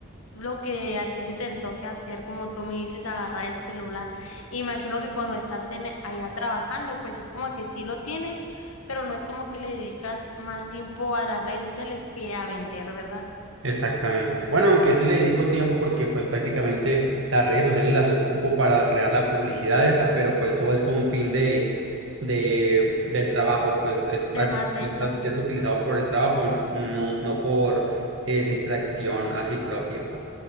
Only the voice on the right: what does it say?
Exactamente. Bueno, aunque sí le dedico tiempo porque pues prácticamente las redes sociales las ocupo para crear la publicidad esa, pero pues todo es con fin de, de del trabajo, pues es,
al
final de
cuentas, es utilizado por el trabajo, no, no por eh, distracción así propia, pues.